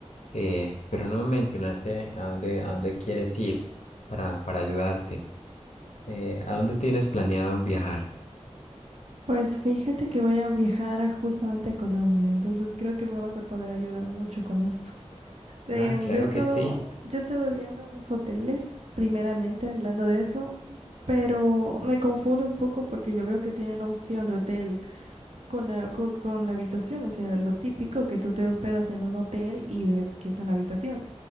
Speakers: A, on the left (about 90°); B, on the right (about 70°).
A: Eh, pero no me mencionaste a dónde, a dónde quieres ir para, para ayudarte. Eh, ¿a dónde tienes planeado viajar?
B: Pues fíjate que voy a viajar a- justamente a Colombia, entonces creo que me vas a poder ayudar mucho con esto. Ten-
A: Ah, claro
B: yo he estado,
A: que sí.
B: yo he estado viendo unos hoteles, primeramente hablando de eso, pero me confunde un poco porque yo veo que tienen opción de hotel con la, co- con la habitación, o sea, lo típico que tú te hospedas en un hotel y ves que es una habitación.